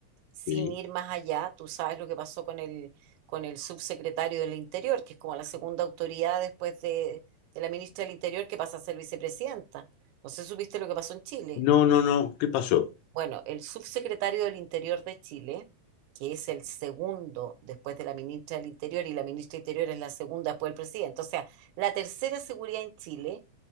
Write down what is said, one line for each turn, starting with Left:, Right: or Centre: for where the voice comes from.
Right: sin
Left: sí.
Right: ir más allá, tú sabes lo que pasó con el, con el subsecretario del Interior, que es como la segunda autoridad después de, de la ministra del Interior que pasa a ser vicepresidenta. No sé, ¿supiste lo que pasó en Chile?
Left: No, no, no, ¿qué pasó?
Right: Bueno, el subsecretario del Interior de Chile, que es el segundo después de la ministra del Interior, y la ministra del Interior es la segunda después del presidente, o sea, la tercera seguridad en Chile